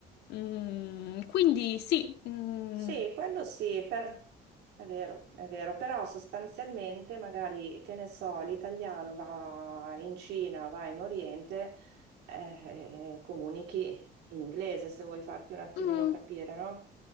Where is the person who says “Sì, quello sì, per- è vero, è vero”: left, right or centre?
Right